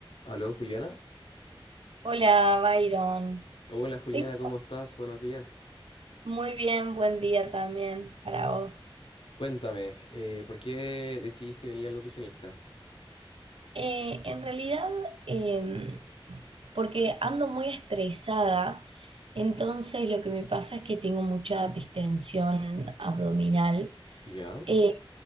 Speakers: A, on the left (about 65°); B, on the right (about 75°).
A: Aló, Juliana.
B: Hola, Byron.
A: Hola, Juliana,
B: Tengo
A: ¿cómo estás? Buenos días.
B: muy bien, buen día también para vos.
A: Cuéntame, eh, ¿por qué decidiste venir al nutricionista?
B: Eh, en realidad, em, porque ando muy estresada, entonces lo que me pasa es que tengo mucha distensión abdominal
A: Ya.
B: eh,